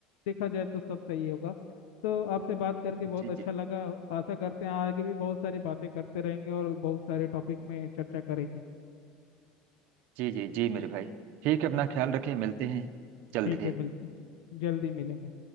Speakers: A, on the left; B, on the right.
A: देखा जाए तो सब सही होगा तो आपसे बात करके बहुत
B: जी
A: अच्छा
B: जी
A: लगा आशा करते हैं आगे भी बहुत सारी बातें करते रहेंगे और बहुत सारे टॉपिक में चर्चा करेंगे
B: जी जी जी मेरे भाई ठीक है अपना ख्याल रखें मिलते हैं जल्दी
A: ठीक है मिलते हैं जल्दी मिलेंगे